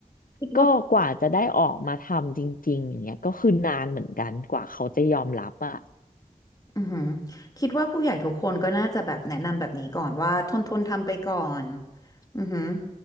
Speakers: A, on the left; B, on the left.
A: คิดว่า
B: ก็กว่าจะได้ออกมาทำจริงๆอย่างเงี้ยก็คือนานเหมือนกันกว่าเขาจะยอมรับอะ
A: อือหือคิดว่าผู้ใหญ่ทุกคนก็น่าจะแบบแนะนำแบบนี้ก่อนว่าทนทนทำไปก่อนอือหือ